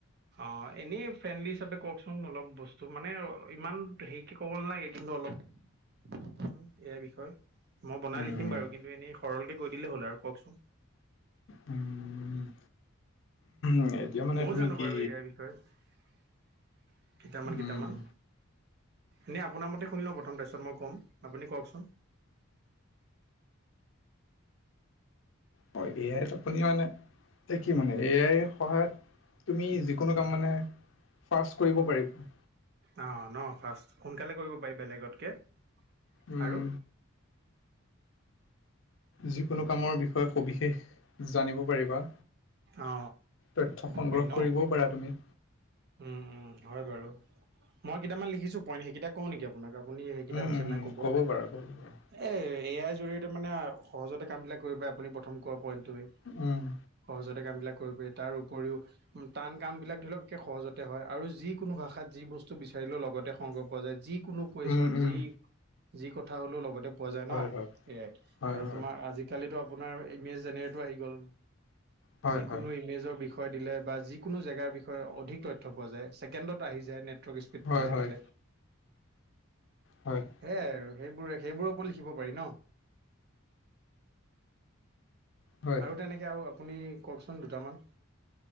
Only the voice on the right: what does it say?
অ' এনেই ফ্ৰেণ্ডলি হিচাপে কওকচোন অলপ বস্তু মানে ইমান হেৰিকে ক'ব নালাগে। কিন্তু অলপ- এই আই বিষয়ে। মই বনাই
লিখিম বাৰু কিন্তু এনেই সৰলকে কৈ দিলেই হ'ল আৰু কওকচোন?
মইয়ো জানোঁ
বাৰু এই আই বিষয়ে কেইটামান
কেইটামান। এনেই আপোনাৰ মতে শুনি লওঁ প্ৰথম তাৰপিছত মই ক'ম। আপুনি কওঁকচোন?
অ' ন' ফাৰ্ষ্ট সোনকালে কৰিব পাৰি বেলেগতকৈ
আৰু।
অ
পাৰি ন
উম' উম' হয় বাৰু, মই কেইটামান লিখিছো পইণ্ট সেইকেইটা কওঁ নেকি আ আপোনাক, আপুনি সেইকেইটা
হৈছে
নাই ক'ব।
এই এ আইৰ জৰিয়তে মানে সহজতে কামবিলাক কৰিব পাৰে। আপুনি প্ৰথম কোৱা পইণ্টোৱে।
সহজতে কাম বিলাক কৰিব পাৰি। তাৰ উপৰিও টান কাম বিলাক ধৰি লওক- এক সহজতে হয় আৰু যিকোনো ভাষাত যি বস্তু বিচাৰিলেও লগতে সংগ পোৱা যায়। যিকোনো- <unintelligible>
যি যি কথা হ'লেও লগতে পোৱা যায়
ন'
সেয়াই
আৰু
তোমাৰ আজি আজিকালিটো আপোনাৰ ইমেজ জেনেটো আহি গ'ল
যিকোনো
ইমেজৰ বিষয়ে - বিষয় দিলে বা যিকোনো জেগাৰ বিষয়ে- অধিক তথ্য পোৱা যায়। ছেকেণ্ডত আহি যায় নেটৱৰ্ক স্পীড
ভাল থাকিলে।
সেয়াই আৰু সেইবোৰে, সেইবোৰৰ ওপৰত লিখিব পাৰি ন।
আৰু তেনেকৈ আৰু আপুনি কওকচোন দুটামান?